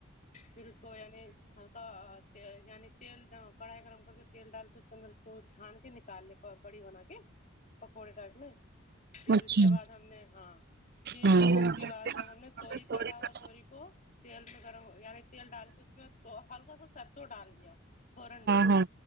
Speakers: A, on the left; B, on the right.
A: پھر اس کو یعنی ہلکا یعنی تیل کڑھائی گرم کے تیل ڈال کے اس کے اندر اس کو چھان کے نکال لے بڑی بنا کے پکوڑے ٹائپ میں پھر
B: اچھا
A: اس کے بعد ہم نے ہاں پھر
B: ہاں
A: ہم نے اس کے بعد ہم نے توری
B: ہاں
A: کاٹا ہوا توری کو تیل میں گرم یعنی تیل ڈال کے اس میں تو ہلکا سا سرسوں ڈال دیا فورن ڈال
B: ہاں
A: کے